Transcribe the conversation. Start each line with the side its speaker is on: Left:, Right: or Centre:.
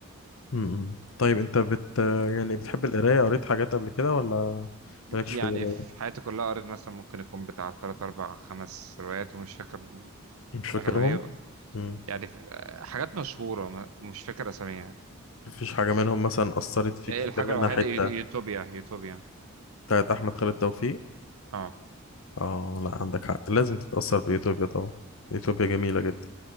Left: مم. طيب انت بت يعني بتحب القراية قريت حاجات قبل كده ولا مالكش
Right: يعني
Left: في القراية
Right: في حياتي كلها قريت مثلا ممكن يكون بتاع تلات أربع خمس روايات ومش فاكر
Left: مش فاكرهم
Right: أغلبية
Left: مم.
Right: يعني في حاجات مشهورة ما- مش فاكر أساميها
Left: مفيش حاجة منهم مثلا أثرت فيك
Right: يعني
Left: فاكر
Right: الحاجة
Left: منها
Right: الوحيدة
Left: حتة
Right: يو- يوتوبيا يوتوبيا
Left: بتاعت أحمد خالد توفيق
Right: اه
Left: اه لا عندك حق لازم تتأثر بإثيوبيا طبعا إثيوبيا جميلة جدا